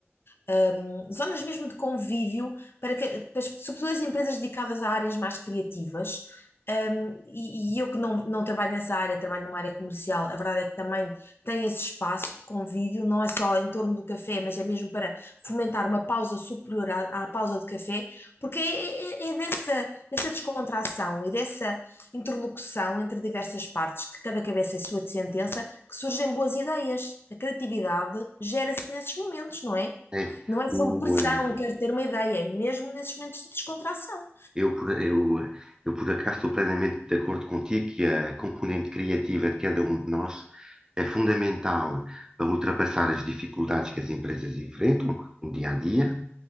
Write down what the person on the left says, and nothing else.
ahm, zonas mesmo de convívio, para que, para as- sobretudo as empresas dedicadas a áreas mais criativas. ahm, e, e eu que não, não trabalho nessa área, trabalho numa área comercial, a verdade é que também tem esse espaço de convívio, não é só em torno do café, mas é mesmo para fomentar uma pausa superior à, à pausa de café, porque é, é- é é dessa, dessa descontração e dessa interlocução entre diversas partes, que cada cabeça é sua de sentença, que surgem boas ideias. A criatividade gera-se nesses momentos, não é?
Não é
sob pressão,
quero ter uma ideia, é mesmo nesses momentos de descontração.